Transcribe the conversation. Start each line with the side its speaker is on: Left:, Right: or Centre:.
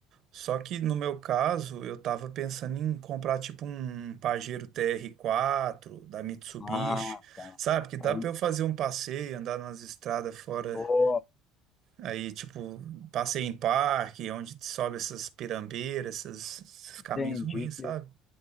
Right: Só que no meu caso, eu tava pensando em comprar tipo um Pajero TR4 da Mitsubishi,
Left: Ah, tá.
Right: sabe? Que dá
Left: Aí,
Right: pra eu fazer um passeio, andar nas estradas fora,
Left: ó,
Right: aí tipo, passeio em parque, onde sobe essas pirambeiras, essas- esses
Left: entendi.
Right: caminhos ruins,
Left: Pe-
Right: sabe?